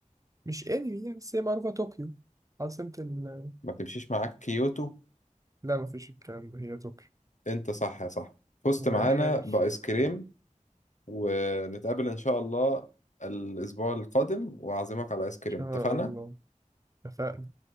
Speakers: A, on the right; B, on the left.
A: مش انمي يعني بس هي معروفة طوكيو عاصمة ال
B: ما بتمشيش معاك كيوتو
A: لا مفيش الكلام ده هي طوكيو
B: أنت صح يا صاحبي فزت
A: ما انا
B: معانا
A: عارف ان
B: بآيس كريم ونتقابل إن شاء الله الأسبوع القادم وأعزمك على آيس كريم
A: شاء
B: اتفقنا؟
A: الله اتفقنا